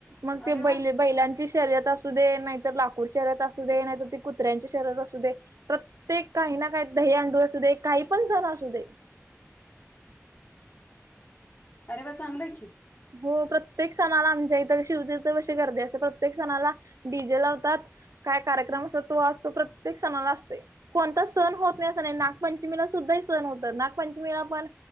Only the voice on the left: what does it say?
अरे
वा
अरे वा चांगलंय की.